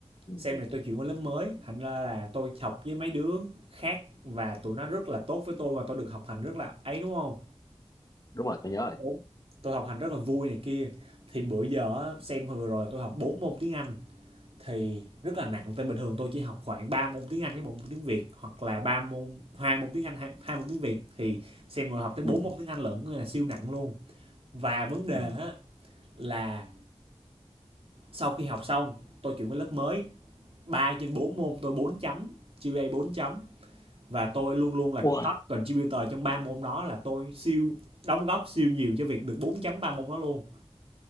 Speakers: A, on the left; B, on the right.
A: Ừ.
B: xem này tôi chuyển qua lớp mới thành ra là tôi học với mấy đứa khác và tụi nó rất là tốt với tôi và tôi được học hành rất là ấy đúng không
A: Đúng rồi, tôi nhớ rồi.
B: Đúng. Tôi học hành rất là vui này kia. Thì bữa giờ á, xem hồi vừa rồi là tôi học 4 môn tiếng Anh thì rất là nặng tại bình thường tôi chỉ học khoảng 3 môn tiếng Anh với một môn tiếng Việt hoặc là ba môn hai môn tiếng Anh hai, hai môn tiếng Việt thì xem rồi học tới bốn
A: Ừ.
B: môn tiếng Anh lận nên là siêu nặng luôn. Và vấn đề
A: Ừ.
B: á, là sau khi học xong tôi chuyển qua lớp mới 3 trên 4 môn tôi 4 chấm giê pê a 4 chấm và tôi luôn luôn là top
A: Ui,
B: contributor trong ba môn đó là tôi siêu đóng góp siêu nhiều cho việc được 4 chấm ba môn đó luôn